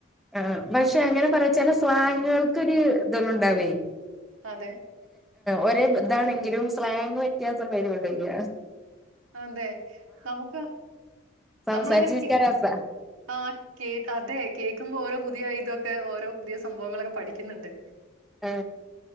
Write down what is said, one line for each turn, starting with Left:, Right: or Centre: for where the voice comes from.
Centre: ആ പക്ഷെ അങ്ങനെ പറച്ചാല സ്ലാങ്കുകൾക്ക് ഒരു ഇതെള്ള ഉണ്ടാവേ
Right: അതെ
Centre: ഒരേ ഇതാണെങ്കിലും സ്ലാങ് വ്യത്യാസം വേര് കൊണ്ടിങ്ങ
Right: അതെ നമുക്ക്
Centre: സംസാരിച്ചിരിക്കാൻ
Right: നമ്മളങ്ങനെ
Centre: രസാ
Right: ആ അതെ കേ ക്കുമ്പോ ഓരോ പുതിയ ഇതൊക്കെ ഓരോ പുതിയ സംഭവങ്ങളൊക്കെ പഠിക്കുന്നണ്ട്
Centre: ആ